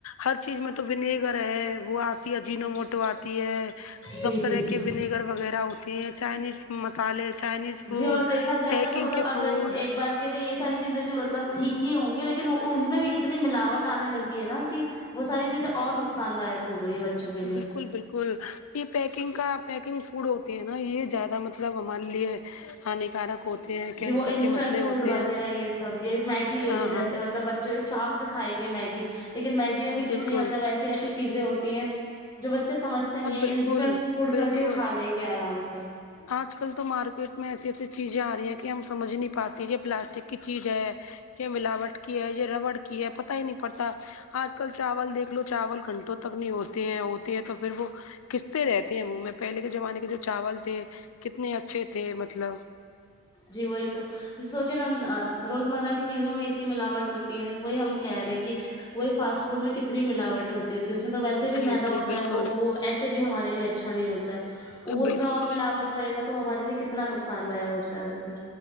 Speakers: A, on the left; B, on the left.
A: ہر چیز میں تو وینگر ہے وہ آتی ہے جینو موٹو آتی ہے سب
B: جی
A: طرح
B: جی جی
A: کے ونیگر وغیرہ ہوتی ہیں چائنیز پالے چائنیز
B: جی
A: فوڈ
B: اور دیکھا جائے
A: پیکنگ
B: نا تو مطلب
A: کے
B: اگر
A: فوڈ
B: ایک بار لیے یہ ساری چیزیں بھی مطلب ٹھیک ہی ہوں گی لیکن ان میں بھی اتنی ملاوٹ آنے لگی ہے نا کہ وہ ساری چیزیں اور نقصاندہ ہے بچوں کے لیے
A: بالکل بالکل یہ پیکنگ کا پیکنگ فوڈ ہوتی ہے نا یہ زیادہ مطلب وہ مان لیے ہانیکارک ہوتے ہیں کینسر
B: جی وہ انسٹنٹ
A: کے مسئلے
B: فوڈ
A: ہوتے
B: وغیرہ
A: ہیں
B: یہ سب یہ میگی لے
A: ہاں
B: لو جیسے
A: ہاں
B: مطلب بچ چاپ سے کھائیں گے میگی لیکن میگی میں بھی
A: بالکل
B: کتنی مطلب ایسے ایسی ایسی چیزیں ہوتی ہیں جو بچے سمجھتے چلیے
A: اب بالکل
B: انسٹنٹ فوڈ
A: بالکل
B: کر کے کھا لیں گے آرام سے
A: آج کل تو مارکیٹ میں ایسی ایسی چیزیں آ رہی ہیں کہ ہم سمجھ نہیں پاتے یہ پلاسٹک کی چیز ہے یہ ملاوٹ کی ہے یہ ربڑ کی ہے پتا ہی نہیں پڑتا آج کل چاول دیکھ لو چاول گھنٹوں تک نہیں ہوتے ہیں ہوتے ہیں تو پھر وہ کستے رہتے ہیں وہ میں پہلے کے زمانے کے جو چاول تھے کتنے اچھے تھے مطلب
B: جی وہی تو سوچے نا روزمرہ کی چیزوں میں نی ملاوٹ ہوتی ہے وہی ہم کہہ رہے کہ وہی فاسٹ فوڈ میں کتنی ملاوٹ ہوتی ہوگی اس میں تو ویسے بھی
A: جی
B: میدا
A: جی
B: ہوتا
A: بالکل
B: ہے وہ وسے بھی ہمارے لیے اچھا نہیں ہوتا ہے وہ اس
A: بالکل
B: میں اور ملاوٹ رہے گا تو ہمارے لیے کتنا نقصان دا ہوتا ہے وہ پھر